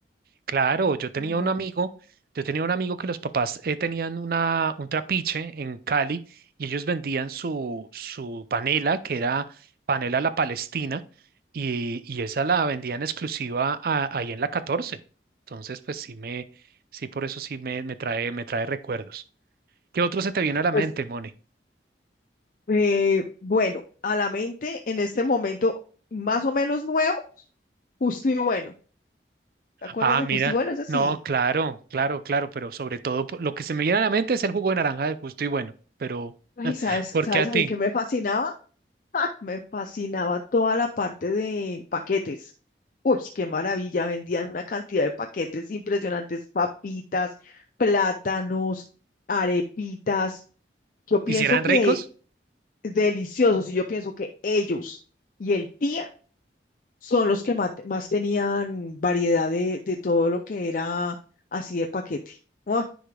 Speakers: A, on the right (about 55°); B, on the left (about 50°).
A: Claro, yo tenía
B: No.
A: un amigo, yo tenía un amigo que los papás eh, tenían una, un trapiche en Cali y ellos vendían su, su panela, que era panela La Palestina, y, y esa la vendían exclusiva a- ahí en la 14. Entonces, pues sí me, sí, por eso sí me, me trae, me trae recuerdos. ¿Qué otro se te viene a la
B: Pues
A: mente, Moni?
B: eh, bueno, a la mente en este momento, más o menos nuevo, Justo y Bueno. ¿Te acuerdas
A: Ah,
B: de
A: mira,
B: Justo y Bueno? Ese sí.
A: no, claro, claro, claro, pero sobre todo po- lo que se me viene a la mente es el jugo de naranja de justo y bueno, pero
B: Ay, ¿sabes,
A: ¿por
B: sabes
A: qué a
B: a
A: ti?
B: mí que me fascinaba? <laughs> Me fascinaba toda la parte de paquetes. Uy, qué maravilla, vendían una cantidad de paquetes impresionantes, papitas, plátanos, arepitas. Yo pienso
A: ¿Hicieran
B: que
A: ricos?
B: deliciosos y yo pienso que ellos y el tía son los que mate- más, tenían variedad de, de todo lo que era así de paquete. Uy,